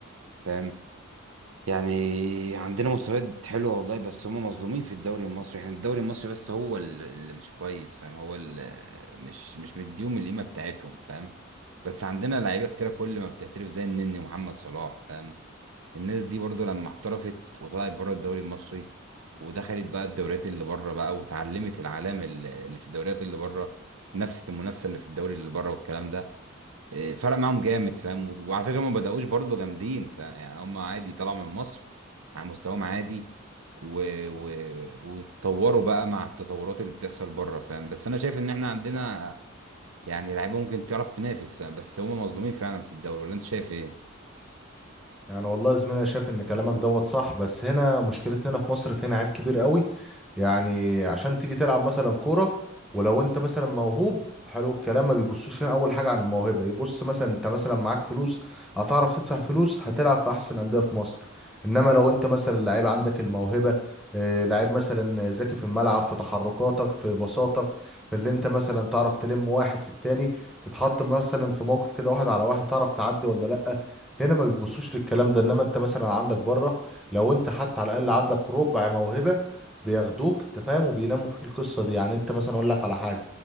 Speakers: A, on the right (about 85°); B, in the centre.
A: فاهم يعني عندنا مستويات حلوه والله بس هم مظلومين في الدوري المصري يعني الدوري المصري بس هو ال- اللي مش كويس فاهم هو اللي مش مش مديهم القيمه بتاعتهم فاهم بس عندنا لعيبه كتيره كل ما بتعترف زي النني محمد صلاح فاهم الناس دي برضو لما احترفت وطلعت بره الدوري المصري ودخلت بقى الدوريات اللي بره بقى وتعلمت العلام اللي اللي في الدوريات اللي بره نفس المنافسه اللي في الدوري اللي بره والكلام ده إيه، فرق معاهم جامد فاهم وت- وعلى فكره هم ما بداوش برضه جامدين فيعني هم عادي طلعوا من مصر على مستواهم عادي و... و... واتطوروا بقى مع التطورات اللي بتحصل بره فاهم بس انا شايف ان احنا عندنا يعني لعيبه ممكن تعرف تنافس فاهم بس هم مظلومين فعلا في الدوري ولا انت شايف ايه؟
B: يعني والله يا زميلي انا شايف ان كلامك دوت صح بس هنا مشكلتنا هنا في مصر فينا عيب كبير قوي يعني عشان تيجي تلعب مثلا كوره ولو انت مثلا موهوب حلو الكلام ما بيبصوش هنا اول حاجه عن الموهبه يبص مثلا انت مثلا معاك فلوس هتعرف تدفع فلوس هتلعب في احسن الانديه في مصر انما لو انت مثلا لعيب عندك الموهبه آه، لعيب مثلا ذكي في الملعب في تحركاتك في بساطك في اللي انت مثلا تعرف تلم واحد في التاني تتحط مثلا في موقف كده واحد على واحد تعرف تعدي ولا لا هنا ما بيبصوش للكلام ده انما انت مثلا عندك بره لو انت حتى على الاقل عندك ربع موهبه بياخدوك انت فاهم وبيناموا فيك القصه دي يعني انت مثلا اقول لك على حاجه